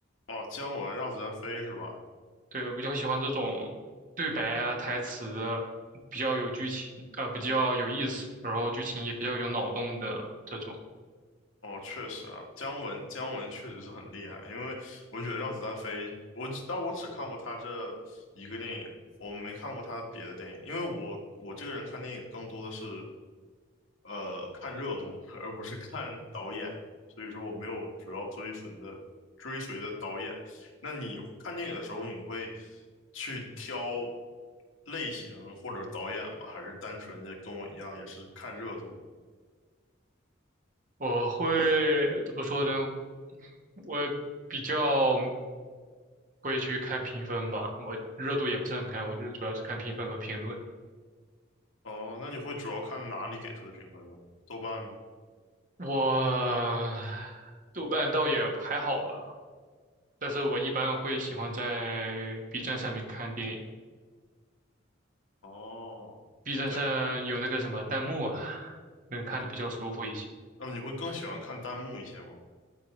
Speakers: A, on the left (about 80°); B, on the right (about 40°).
A: 哦，姜文让子弹飞是吧？
B: 对，我比较喜欢这种对白啊，台词比较有剧情，呃，比较有意思，然后剧情也比较有脑洞的这种。
A: 哦，确实啊，姜文姜文确实是很厉害，因为我觉得《让子弹飞》，我只但我只看过他这一个电影，我没看过他别的电影，因为我我这个人看电影更多的是呃看热度，而不是看导演，所以说我没有主要追随的追随的导演。那你看电影的时候，你会去挑类型或者导演吗？还是单纯的跟我一样也是看热度？
B: 我会怎么说呢？我比较会去看评分吧，我热度也不是很看，我就主要是看评分和评论。
A: 哦，那你会主要看哪里给出的评分呢？豆瓣吗？
B: 我豆瓣倒也还好吧，但是我一般会喜欢在 B 站上面看电影
A: 哦，
B: ，B 站上有那个什么弹幕啊，
A: 在
B: 能看的比较舒服一些。
A: 哦，那你会更喜欢看弹幕一些吗？